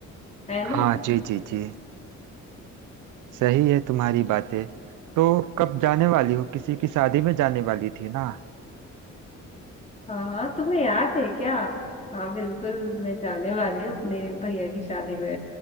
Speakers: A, on the left; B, on the right.
A: है ना
B: हाँ जी जी जी सही है तुम्हारी बातें तो कब जाने वाली हो किसी की शादी में जाने वाली थी ना
A: हाँ हाँ तुम्हें याद है क्या हाँ बिल्कुल मैं जाने वाली हूँ अपने भैया की शादी में